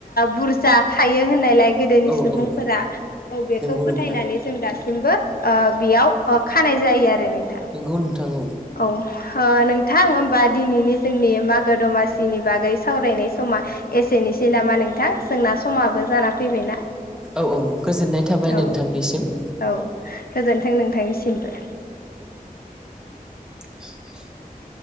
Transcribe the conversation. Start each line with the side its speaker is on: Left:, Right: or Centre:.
Left: बुरजा थायो होननायलाय गोदोनि
Centre: औ
Left: सुबुंफोरा
Centre: औ
Left: औ बेखौ
Centre: नंगौ
Left: फोथायनानै
Centre: नोंथां
Left: जों दासिम ओ बेयाव खानाय जायो आरो नोंथां
Centre: नंगौ नोंथां
Left: औ नोंथां होमबा दिनैनि जोंनि मागो दमासिनि बागै सावरायनाय समा एसेनोसै नामा नोंथां जोंना समाबो जाना फैबायना,
Centre: औ औ गोजोननाय थाबाय
Left: औ
Centre: नोंथांनिसिम,
Left: औ गोजोन्थों नोंथांनिसिमबो।
Centre: <unintelligible>